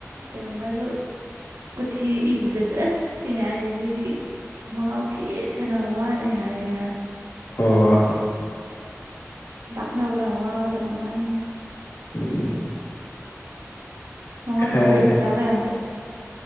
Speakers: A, on the right (about 85°); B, on the left (about 65°).
A: ꯀꯩꯅꯣꯅꯁꯨ ꯀꯨꯊꯤ ꯏꯕꯗꯁꯨ ꯑꯁ ꯁꯤꯌꯥꯗꯤ ꯃꯉꯥꯎ ꯊꯤꯍꯦ ꯁꯦꯟꯅꯕ ꯋꯥꯅꯤ ꯍꯥꯏꯔꯛ ꯑꯦ ꯍꯥꯏ
B: ꯑꯣ
A: ꯂꯥꯛꯅꯕ ꯌꯥꯝ ꯋꯥꯒꯗꯕ ꯉꯥꯡꯅꯤ
B: ꯎꯝ
A: ꯃꯉꯣꯟ
B: ꯈꯔ
A: ꯊꯥꯗꯩ ꯄꯩꯁꯥ ꯃꯌꯥꯝꯁꯦ